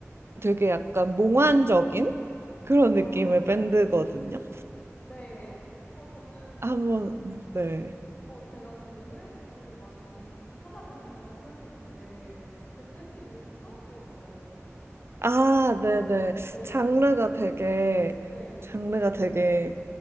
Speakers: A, on the right; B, on the left.
A: 되게 약간 몽환적인 그런 느낌의
B: 아,
A: 밴드거든요.
B: 네. 어, 저는,
A: 한번 네.
B: 어, 제가 되게 해외 밴드를 많이 찾아 듣는다고 생각했는데, 그 밴드 이름은 처음 들어봐요.
A: 아,
B: 네,
A: 네네.
B: 네,
A: 장르가 되게
B: 네.
A: 장르가 되게